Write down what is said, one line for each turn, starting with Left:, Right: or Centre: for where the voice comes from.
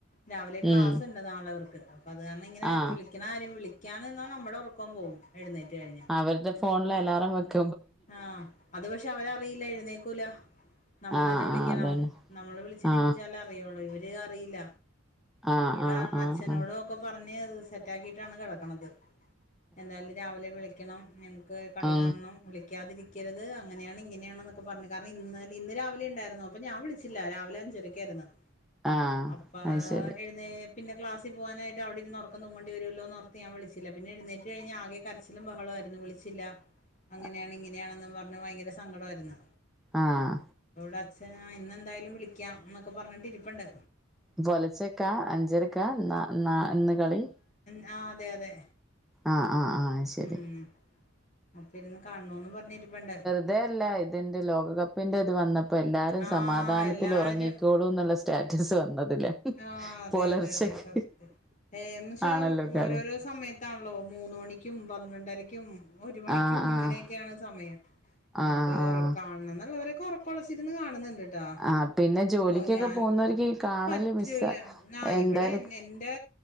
Left: രാവിലെ ക്ലാസ്ുണ്ട്
Centre: ഉം
Left: നാളെ അവർക്ക് അപ്പൾ അത് കാരണം ഇങ്ങനെ
Centre: ആ
Left: വിളിക്കുന്ന കാര്യം വിളിക്കാൻ നിന്നാ നമ്മുടെ ഉറക്കം പോകും എഴുന്നേറ്ററ്റ് കഴിഞ്ഞാൽ
Centre: അവരുടെ ഫോണില അലാറം വെക്കെ
Left: ആഹ് അത് പക്ഷെ അവനറിയില്ല എഴുന്നേക്കൂല നമ്മൾ
Centre: ആ
Left: തന്നെ വിളിക്കണം
Centre: ആ അതാണ്
Left: നമ്മള് വിളിച്ച എണീപ്പിച്ചാല
Centre: ആ
Left: അറിയുള്ളൂ ഇവര്ഇത് അറിയില്ല
Centre: ആ
Left: ഇവിടാ
Centre: ആ ആ ആ
Left: അച്ഛനോട ഒക്കെ പറഞ്ഞ് അത് സെറ്റ ആാക്കിട്ടാണ് കിടക്കണത് എന്തായാലും രാവിലെ വിളിക്കണം ഞങ്ങക്ക് കളി
Centre: ആ
Left: കാണണം വിളി ക്കാതിരിക്കരുത് അങ്ങനെയാണ് ഇങ്ങനെയാണെന്നൊക്ക പറഞ്ഞു കാരണം ഇന്നലെ ഇന്ന് രാവിലെ ഉണ്ടായിരുന്നു അപ്പ ഞാ വിളിച്ച ഇല്ല രാവിലെ അഞ്ചര ക്കായിുന്നരുന്നു
Centre: <inaudible>
Left: അപ്പാ
Centre: അത് ശരി
Left: എഴുന്നേ പിന്നെ ക്ലസിൽപോ കാനായിട്ട് അവിടിരിന്നുറക്കം തൂങ്ണ്ടി വരുമല്ലന്നോർത്ത് ഞാൻ വിളിച്ചില്ല പിന്നെഴുന്നേ കഴിഞ്ഞാ ആകെ കരച്ചിലും ബഹളമായിരുന്നു വിളിച്ചില്ല
Centre: ഉ <unintelligible>
Left: അങ്ങനെയാണ് ഇങ്ങനെയാണെന്നും പറഞ്ഞ് ഭയങ്കര സങ്കടമായിരുന്നു
Centre: ആഹ്
Left: അവിട അച്ഛ ഇന്നെന്തായാലും വിളിക്കാം എന്നൊക്കെ പറഞൊണ്ട് ഇരിപ്പണ്ട്
Centre: പുലച്ചക്ക് അഞ്ചരക്ക ന ന ഇന്ന് കളി
Left: ഞാ അതെ അതെ
Centre: ആ് ആഹ് ആഹ ശരി
Left: ഉം അപ്പ ഇരുന്ന് കാണന്ന് പറഞ്ഞിട്ടപ്പണ്ട
Centre: അതേല്ല ഇതിന്റെ ലോകകപ്പിന്റെ ഇത് വന്നപ്പോ എല്ലാരും
Left: ആഹ്
Centre: സമാധാനത്തിൽ
Left: എല്ലാരും
Centre: ഉറങ്ങിക്കോളൂ എന്നുള്ള, സ്റ്റാറ്റസ് വന്നതില്ലേ
Left: ആഹ് അതെ
Centre: പുലർച്ചക്ക്
Left: അതെ അതെ സത്യം എന്നച്ചാ
Centre: ആണല്ലോ കളി
Left: ഓരോരോ സമയത്താണല്ലോ മൂന്ന് മണിക്കും പന്ത്രണ്ടരക്കും ഒരു മണിക്കും
Centre: ആഹ് ആഹ്
Left: അങ്ങനെയൊക്കെയാണ് സമയം
Centre: ആഹ്
Left: അപ്പൊറ
Centre: ആഹ്
Left: കാണണം എന്നുള്ളവരെെറക്കളച്ചിരുന്ന് കാണുന്നുണ്ട് ട്ടാ
Centre: ആഹ് പിന്നെ ജോലിക്കൊക്കെ
Left: ഓ ഞാൻ
Centre: പോകുന്നവർക്ക് കാണല്
Left: പറ്റൂല
Centre: മിസ്സാ
Left: ന
Centre: എന്തായാലും
Left: ഇവിടെ നിന്റെ